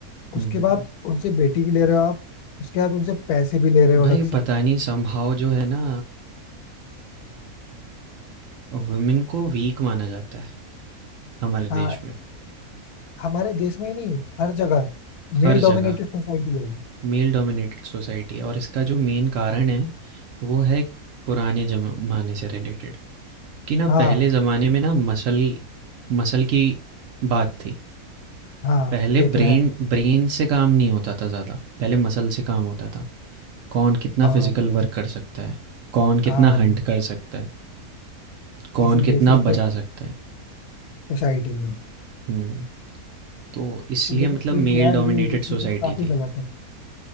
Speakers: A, on the right; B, on the left.
A: हम्म,
B: उसके
A: हम्म।
B: बाद उनसे बेटी भी ले रहे हो आप उसके बाद उनसे पैसे भी ले रहे हो
A: भाई
B: अलग
A: पता
B: से
A: नहीं समहाउ जो है ना वुमेन को वीक माना जाता है हमारे
B: हाँ
A: देश में
B: हमारे देश में ही नहीं हर जगह मेल
A: हर
B: डोमिनेटेड
A: जगह
B: सोसाइटी है
A: मेल डोमिनेटेड सोसाइटी है और इसका जो मेन कारण है वो है पुराने जमाने से रिलेटेड कि ना
B: हाँ
A: पहले ज़माने में ना मसल मसल की बात थी
B: हाँ
A: पहले
B: ये
A: ब्रेन
B: तो है
A: ब्रेन से काम नहीं होता था ज़्यादा पहले मसल से काम होता था कौन कितना
B: और
A: फिजिकल वर्क कर सकता है कौन
B: हाँ
A: कितना हंट
B: ये
A: कर सकता है कौन
B: इसी
A: कितना
B: बेसिस
A: बचा
B: पे
A: सकता है
B: सोसाइटी में
A: हम्म तो इसलिए
B: लेकिन
A: मतलब
B: फिर
A: मेल
B: भी यार
A: डोमिनेटेड
B: ये ये चीजें
A: सोसाइटी
B: काफी
A: थी
B: गलत है